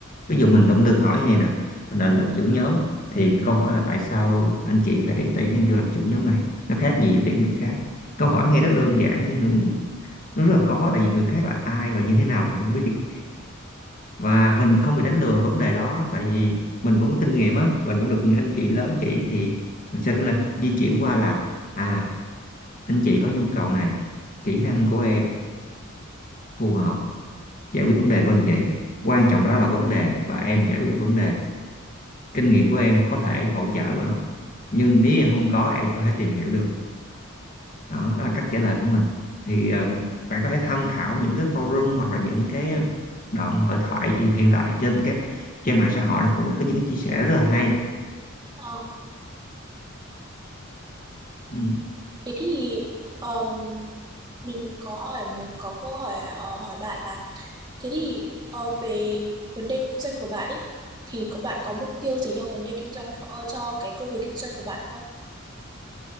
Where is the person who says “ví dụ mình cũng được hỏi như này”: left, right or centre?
Left